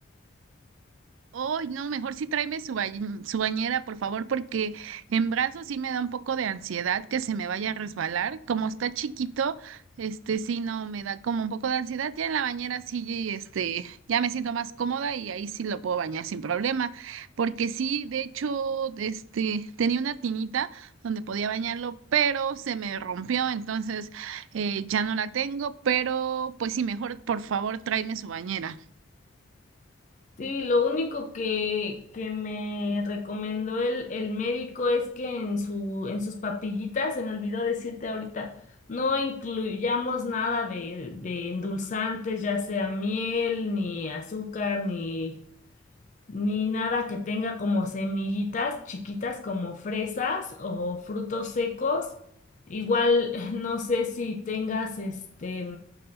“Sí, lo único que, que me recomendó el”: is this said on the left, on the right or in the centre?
Left